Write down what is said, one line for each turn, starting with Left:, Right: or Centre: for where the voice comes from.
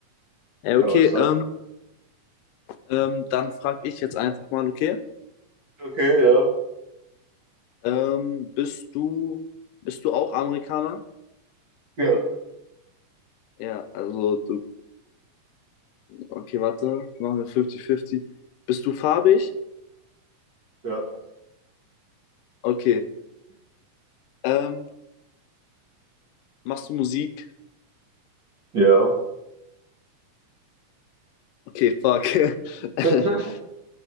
Left: Ey, okay,
Right: Oh, stark.
Left: ähm, ähm, dann frage ich jetzt einfach mal, okay,
Right: Okay, ja.
Left: ähm, bist du, bist du auch Amerikaner?
Right: Ja,
Left: Ja, also du, okay, warte, machen wir 50-50. Bist du farbig?
Right: Ja.
Left: Okay. Ähm, machst du Musik?
Right: Ja.
Left: Okay, fuck. <laughs>
Right: <laughs>